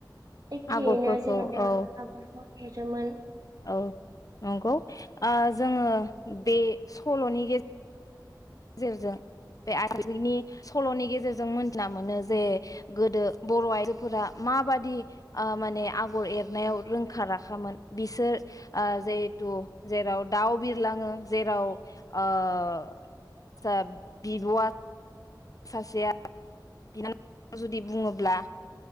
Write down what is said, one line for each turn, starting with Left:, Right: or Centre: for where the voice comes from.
Right: एखेयैनो
Left: आगरफोरखौ
Right: जेन'बा
Left: औ
Right: आगरखौ एरोमोन
Left: औ नंगौ ओ जोङो बे सल'नि गेजे जेरै जों बे आइथिनि सल'नि गेजेरजों मिथिना मोनो जे गोदो बर' आयजोफोरा माबादि ओ माने आगर एरनायाव रोंखा राखामोन बिसोर ओ जिहेथु जेराव दाउ बिरलाङो जेराव ओ <unintelligible> सासेया बिनानाव जुदि बुङोब्ला